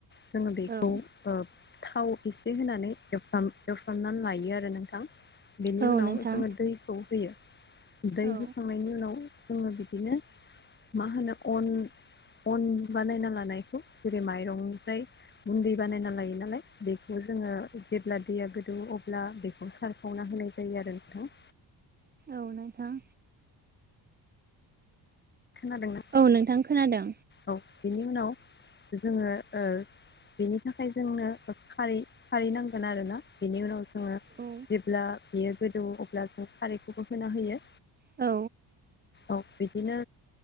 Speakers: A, on the left; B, on the right.
A: जोङो बेखौ
B: औ
A: ओ थाव एसे होनानै एवफ्राम एवफ्रामनानै लायो आरो नोंथां। बेनि
B: औ
A: उनाव
B: नोंथां
A: जोङो दैखौ होयो दै
B: औ
A: होखांनायनि उनाव जोङो बिदिनो मा होनो अन अन बानायना लानायखौ जेरै माइरंनिफ्राय गुन्दै बानायना लायो नालाय? बेखौ जोङो जेब्ला दैया गोदौ अब्ला बेखौ सारफावना होनाय जायो आरो नोंथां।
B: औ नथां
A: खोनादों ना?
B: औ नोंथां खोनादों।
A: औ बेनि उनाव जोङो ओ बेनि थाखाय जोंनो खै खारै नांगोन आरोोना बेनि उनाव जोङो
B: औ
A: जेब्ला बेयो गोदौ अब्ला जों खारैखौबो होना होयो।
B: औ
A: औ बिदिनो